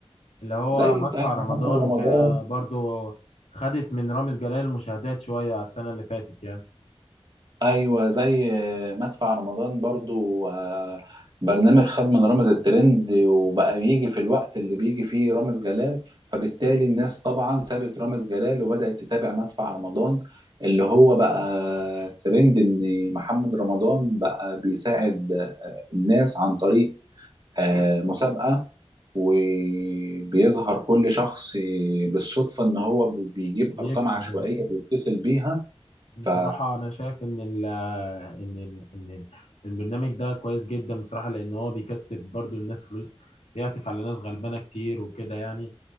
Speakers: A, on the left (about 80°); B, on the right (about 45°).
A: اللي هو
B: زي
A: مدفع
B: بتاعت
A: رمضان
B: محمد رمضان
A: وكده برضو خدت من رامز جلال المشاهدات شوية على السنة اللي فاتت يعني
B: ايوه زي مدفع رمضان برضو آه، برنامج خد من رامز الترند وبقى يجي في الوقت اللي بيجي فيه رامز جلال فبالتالي الناس طبعا سابت رامز جلال وبدأت تتابع مدفع رمضان اللي هو بقى ترند ان محمد رمضان بقى بيساعد آه، الناس عن طريق آه، مسابقة وبيظهر كل شخص بالصدفة ان هو بيجيب
A: بيكسب
B: ارقام عشوائية
A: يعني
B: بيتصل بيها
A: بصراحة
B: ف
A: أنا شايف إن ال إن ال إن البرنامج ده كويس جدا بصراحة لأن هو بيكسب برضو الناس فلوس بيعطف على ناس غلبانة كتير وكده يعني